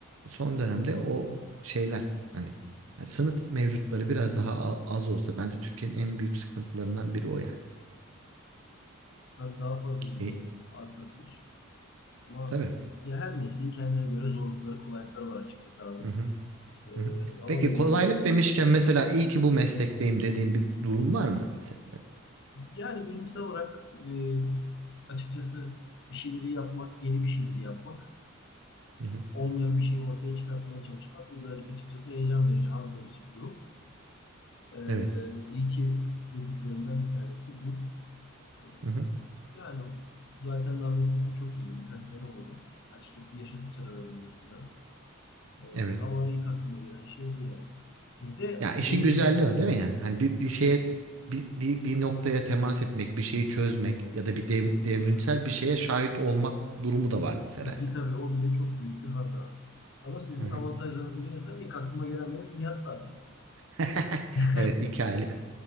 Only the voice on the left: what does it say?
Tabii daha fazla ilgi
artabilir. Ama
ya her mesleğin kendine göre zorlukları, kolaylıkları var açıkçası abi.
Ee,
ama
dediğim
gibi.
Yani bilimsel olarak e, açıkçası bir şeyleri yapmak, yeni bir şeyleri yapmak,
olmayan bir şeyi ortaya çıkartmaya çalışmak bu birazcık açıkçası heyecan verici, haz verici bir durum. Ee,
iyi ki dediklerimden bir tanesi bu. Ee,
Yani zaten daha meslekte çok yeni. Birkaç sene oldu. Açıkçası yaşadıkça da öğreniyoruz biraz. Ee,
ama ilk aklıma gelen şey bu yani. Sizde
benim
gita ve o bile çok büyük bir haz abi. Ama sizin
avantajlarınıza gelirsem ilk aklıma gelen benim siz yaz tatiliniz.
<laughs>